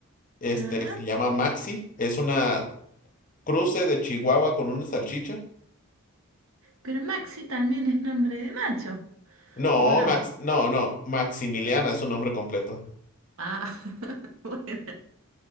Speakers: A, on the left; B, on the right.
A: este,
B: Ajá.
A: se llama Maxi, es una cruce de Chihuahua con una salchicha.
B: Pero Maxi también es nombre de macho,
A: No,
B: ¿o no?
A: Max, no, no, Maximiliana es su nombre completo.
B: Ah, <laughs> bueno.